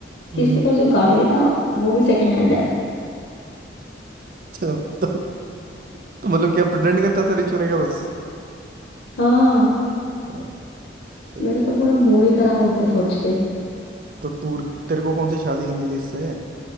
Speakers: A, on the right; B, on the left.
A: हम्म
B: कि इसके पास जो गाड़ी है ना वो भी सेकंड हैंड है
A: तो, तो, तो मतलब क्या प्रिटेंड करता था रिच होने का बस
B: हाँ
A: ओ, सही
B: मेरा
A: है
B: तो पूरा मूड ही खराब हो गया सोच के
A: तो तू तेरे को कौन सी शादी करनी थी इससे